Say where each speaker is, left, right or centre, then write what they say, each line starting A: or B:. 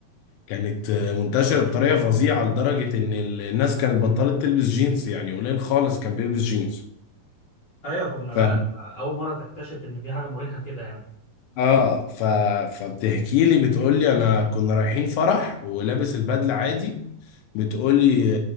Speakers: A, on the left (about 80°); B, on the left (about 45°).
A: كانت آه، منتشرة بطريقة فظيعة لدرجة ان ال- الناس كانت بطلت تلبس جينز يعني قليل خالص كان بيلبس جينز
B: ايوه كنا
A: ف...
B: بقى اول مره تكتشف ان في حاجه مريحه كده يعني
A: اه ف... فبتحكي لي بتقول لي انا كنا رايحين فرح ولابس البدلة عادي بتقولي